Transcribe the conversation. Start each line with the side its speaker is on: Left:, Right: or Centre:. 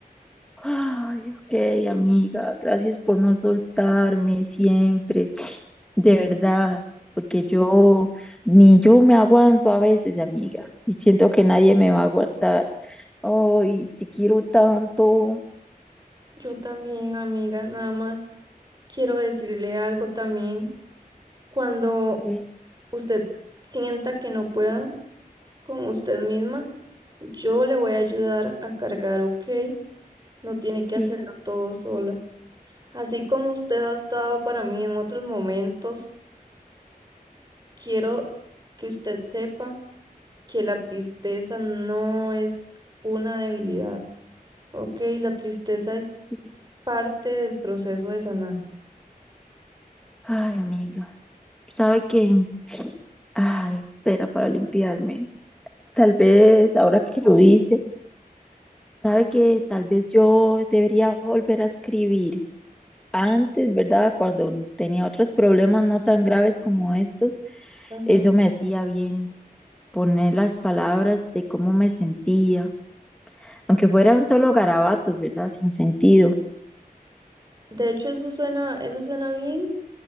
Centre: Ay, ok, amiga, gracias por no soltarme siempre, de verdad, porque yo ni yo me aguanto a veces, amiga, y siento que nadie me va a aguantar. Ay, te quiero tanto.
Right: Yo también, amiga, nada más. quiero decirle algo también. Cuando
Centre: Sí,
Right: usted sienta que no pueda con usted misma, yo le voy a ayudar a cargar, ¿ok? No tiene que
Centre: sí,
Right: hacerlo todo sola. Así como usted ha estado para mí en otros momentos, quiero que usted sepa que la tristeza no es una debilidad, ¿ok? La tristeza es
Centre: sí.
Right: parte del proceso de sanar.
Centre: Ay, amiga, ¿sabe qué? Ay, espera para limpiarme. Tal vez, ahora que lo hice, ¿sabe que tal vez yo debería volver a escribir? Antes, ¿verdad? Cuando tenía otros problemas no tan graves como estos,
Right: Ajá.
Centre: eso me hacía bien, poner las palabras de cómo me sentía, aunque fueran solo garabatos, ¿verdad? Sin sentido.
Right: De hecho, eso suena, eso suena bien.